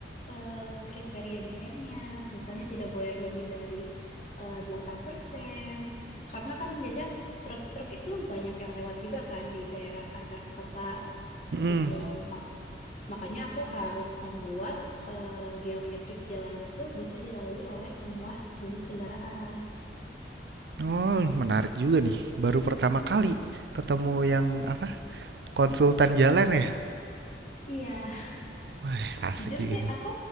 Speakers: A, on the left (about 40°); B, on the right (about 65°).
A: eh, kriteria desainnya. Misalnya tidak boleh lebih dari eh, 8%. Karena kan biasanya truk-truk itu banyak yang lewat juga kan di daerah antar kota
B: Mm-mm.
A: gitu. Mak- makanya aku harus membuat eh, geometrik jalannya tuh bisa dilalui oleh semua jenis kendaraan.
B: Oh, menarik juga nih. Baru pertama kali ketemu yang apa Konsultan jalan ya?
A: Iya,
B: Wah, asik
A: Jujur
B: juga
A: sih,
B: nih.
A: aku